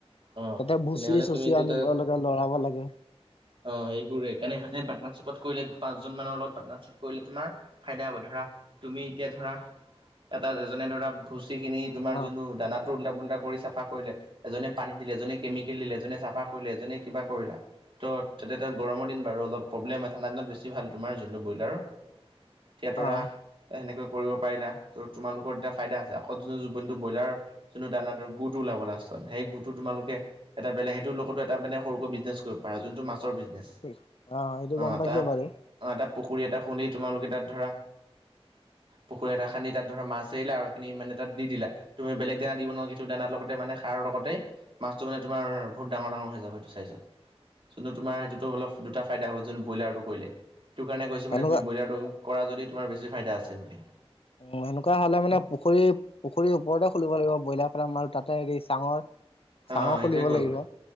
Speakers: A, on the right; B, on the left.
A: অ
B: তাতে ভুচি
A: তেনেহ'লে তুমি
B: চুচি
A: এইটো
B: আনিব
A: ত
B: লাগে লৰাব লাগে
A: অ এইবোৰেই কাণে হয় নে পাৰ্টনাৰশ্বিপ কৰিলে পাঁজন মানৰ লগত পাৰ্টনাৰশ্বিপ কৰিলে তোমাৰ ফাইদা হ'ব ধৰা তুমি এতিয়া ধৰা এটা এজনে ধৰা ভুচি খিনি তোমাৰ
B: অ
A: যোনো দানা টো উল্টা পোল্টা কৰি চাফা কৰিলে এজনে পানী দিলে, এজনে কেমিকেল দিলে, এজনে চাফা কৰিলে, এজনে কিবা কৰিলা ত' তাতে এতিয়া গৰমৰ
B: অ
A: দিন বাৰু অলপ প্ৰব্লেম হয় ঠাণ্ডা দিনত বেছি ভাল তোমাৰ যোনটো ব্ৰইলাৰ এতিয়া তৰা
B: অ
A: এ সেনেকৈ কৰিব পাৰিলা তো তোমালোকৰ এতিয়া ফাইদা আকৌ যোনটো জীপনটো ব্ৰইলাৰ যোনটো দানা ধৰ গুটো ওলাব লাষ্টত সেই গো টো তোমালোকে এটা বেলেগ সেইটোৰ লগতো এটা সৰুকৈ বিজনেছ কৰিব পাৰা যোনটো মাছৰ বিজনেছ
B: অ সেইটো
A: অ
B: গম পাইছো
A: তাত
B: বাৰু
A: অ তাত পুখুৰী এটা খুন্দি তোমালোকে তাত ধৰা পুখুৰী এটা খান্দি তাত ধৰা মাছ এৰিলা আৰু এইখিনি মানে তাত দি দিলা তুমি বেলেগ দানা দিব নালাগে সেইটো দানাৰ লগতে মানে সাৰৰ লগতে মাছটো মানে তোমাৰ বহুত ডাঙৰ ডাঙৰ হৈ যাব সেইটো চাইজত যোনটো তোমাৰ সেইটোতো অলপ দুটা ফাইদা হ'ব যোনটো ব্ৰইলাৰটো কৰিলে সেইটো কাৰণে কৈছে
B: সেনেকুৱা
A: মানে তুমি ব্ৰইলাৰটো কৰা যদি তোমাৰ বেছি ফাইদা আছে বুলি
B: অ সেনেকোৱা হ'লে মানে পুখুৰী পুখুৰীৰ ওপৰতে খুলিব লাগিব ব্ৰইলাৰ ফাৰ্ম আৰু তাতে হেৰি চাঙৰ চাঙৰ
A: অ'
B: খুলিব
A: সেইটোৱে কৰিব।
B: লাগিব অ